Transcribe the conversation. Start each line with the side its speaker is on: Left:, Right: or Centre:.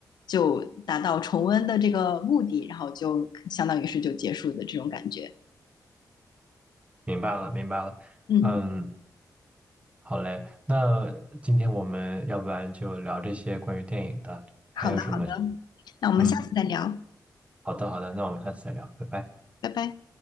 Left: 就达到重温的这个目的，然后就相当于是就结束的这种感觉。
Right: 明白了，明白了。
Left: 嗯，
Right: 嗯，好嘞，那今天我们要不然就聊这些关于电影的，
Left: 好的好的，
Right: 还有什么？
Left: 那我们下次再聊，
Right: 嗯。好的，好的，那我们下次再聊，拜拜。
Left: 拜拜。